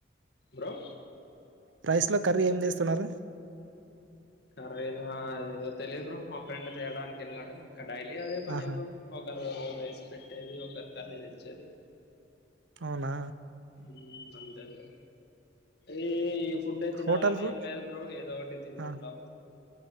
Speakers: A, on the left; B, on the right.
A: బ్రో
B: రైస్ లో కర్రీ ఏం చేస్తున్నారు
A: కర్రి నా ఏదో తెలిదు మా ఫ్రెండ్ తేడానికి వెళ్ళినాడు ఇక డైలి అదే పనే
B: ఆహా
A: బ్రో ఒకరు రైస్ పెట్టేది ఒకరు కర్రీ తెచ్చేది
B: అవునా
A: ఉ అంతే బ్రో ఈ ఇ ఫుడ్డే తినాలని
B: హోటల్ ఫుడ్
A: ఏం లేదు బ్రో ఏదో ఒకటి తింటుంటాం
B: ఆ